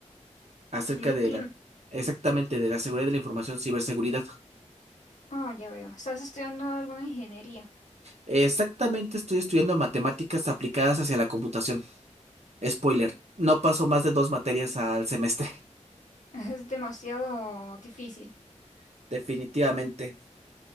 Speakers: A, on the right; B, on the left.
A: acerca
B: Blue
A: de
B: Team.
A: la, exactamente, de la seguridad de la información, ciberseguridad.
B: Ah, ya veo. Estás estudiando alguna ingeniería.
A: Exactamente, estoy estudiando matemáticas aplicadas hacia la computación. Spoiler,
B: Mm,
A: no paso más de dos materias al semestre.
B: <laughs> Es demasiado difícil,
A: <laughs> Definitivamente,